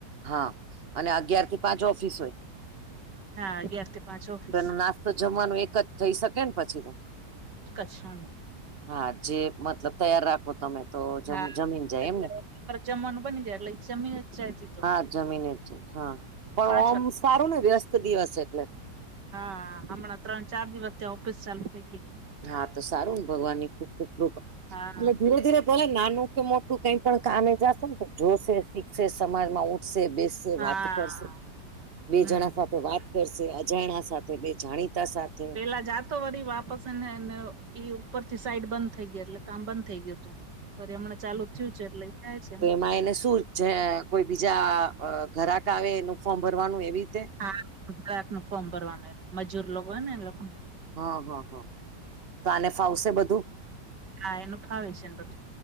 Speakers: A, on the right; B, on the right.
A: હા. અને અગિયાર થી પાંચ ઓફિસ હોય?
B: હા અગિયાર થી પાંચ ઓફિસ
A: તો એનો નાસ્તો જમવાનો એક જ થઈ શકેને પછી તો.
B: છા.
A: હા. જે મતલબ તૈયાર રાખો તમે તો
B: હા
A: જમીન જાય.
B: અત્યારે
A: એમ ને?
B: જમવાનું બની જાય એટલે જમીને જાય.
A: હા જમીન જ છે હા પણ
B: પાંચ
A: ઓમ
B: વાગે
A: સારું ને વ્યસ્ત દિવસ એટલે.
B: હા હમણાં ત્રણ ચાર દિવસ ત્યા ઓફિસ ચાલુ થઇ ગય.
A: હા તો સારું ને ભગવાન ની ખૂબ ખૂબપ
B: હા
A: એટ ધીરે ધીરે. તોલે નાનું કે મોટું કઈ પણ કામે જશે ને તો જોશે શીખશે સમાજમાં ઉઠશે બેસે.
B: હા
A: વાત કર બે
B: હમ
A: જણા સાથે વાત. કરશે અજાણા સાથે બે જાણીતા સાથે.
B: પેલા જાતો વરી વાપસ ને ઈ ઉપર થી સાઈડ બંધ થઈ ગયા એટલે કામ બંધ થઈ ગયું હત. રી એમને ચાલુ થયું છે એટલે થાય છે એમ.
A: મા એને શુંર.. જે કોઈ બીજા ઘરાક આવે એનું ફોર્મ ભરવાનું એવી.
B: હારાક નું ફોર્મ ભરવાનું મજૂર લોકો હોય ને એ લોકો.
A: હા હા હા તો આને ફાવશે બધું?
B: હા એનું ભાવે છે એ.